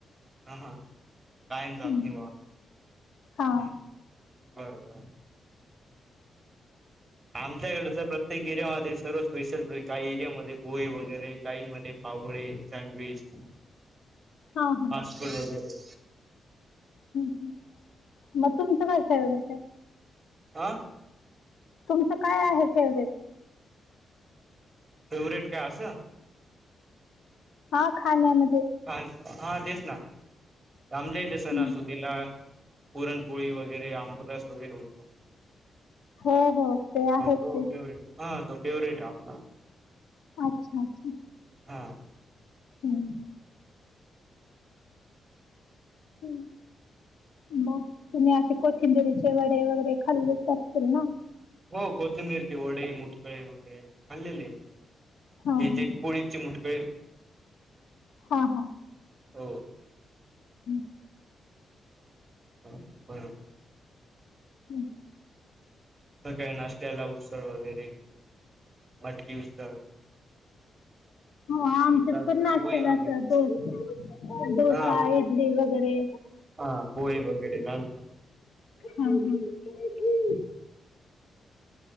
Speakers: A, on the right; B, on the left.
A: हा हा कायम जात
B: हम्म
A: नाही बा
B: हा
A: ह बरोबर. आमच्याकडच प्रत्येक एरीया मध्ये सर्व स्पेशल काही एरियामध्ये पोहे वगैरे काही मध्ये पावळे सँडविच <inaudible>
B: हा हा
A: फास्पूड वगैरे.
B: हम् ह मग तुमचं काय फेवरेट हाय?
A: आ!
B: तुमचं काय आहे फेवरेट?
A: फेवरेट काय असं?
B: हा खाण्या मध्ये?
A: हा हा देस ना आमच्या हित सना
B: हं.
A: सुदीला पुरणपोळी वगैरे आमबरस वगैरे होतो.
B: हो हो ते आहेत
A: तो
B: ते
A: फेवरेट, हा फेवरेट आपला.
B: अच्छा अच्छा!
A: हा!
B: हम्म हम्म! मग तुम्ही असे कोथिंबिरीचे वडे वगैरे खाल्ले असतील ना?
A: हो कोथंबीरची ओडे मुटकळे वगैरे खाल्लेले आहेत.
B: हा
A: येथे
B: हा
A: कोळीचे मुटकळे
B: हा हा.
A: हो.
B: हम्म.
A: हो बरोबर.
B: हम्म
A: सकाळी नाष्टयाला उसळ वगैरे मटकी उसळ
B: हा आमच्यात
A: हे चालतं
B: पण नाष्टयाला
A: पोहे वगैरे
B: असं डोसा डोसा
A: हा
B: इडली वगैरे
A: हा पोहे वगैरे चालत
B: हा हा.